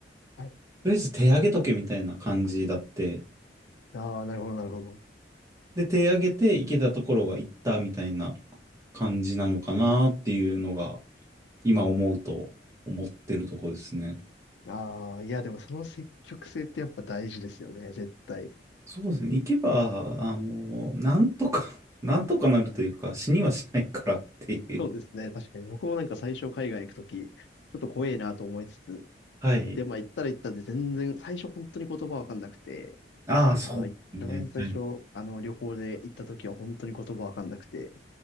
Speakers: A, on the left; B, on the right.
A: はい。
B: とりあえず手上げとけみたいな感じだって。
A: ああ、なるほど、なるほど。
B: で、手上げて行けたところは行ったみたいな感じなのかなっていうのが、今思うと思ってるところですね。
A: ああ、いや、でもその積極性ってやっぱ大事ですよね、絶対。
B: そうですね。行けば、あの、なんとか <laughs> なんとかなるというか、死にはしないからっていう。
A: そうですね。確かに僕もなんか最初海外行くとき、ちょっと怖えなと思いつつ、
B: はい。
A: 行って、まあ行ったら行ったで全然、最初本当に言葉わかんなくて、
B: ああ、そうですね。
A: あの、一番最初、
B: はい。
A: あの、旅行で行った時は本当に言葉わかんなくて、